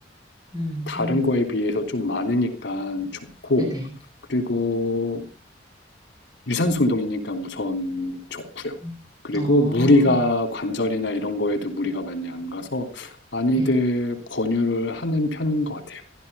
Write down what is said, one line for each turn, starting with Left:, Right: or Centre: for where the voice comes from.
Right: 음
Left: 다른
Right: 음.
Left: 거에 비해서 좀 많으니까 좋고,
Right: 네네.
Left: 그리고 유산소 운동이니까 우선 좋고요.
Right: 음.
Left: 그리고
Right: 어.
Left: 무리가 관절이나 이런 거에도 무리가 많이 안 가서 많이들
Right: 네.
Left: 권유를 하는 편인 것 같아요.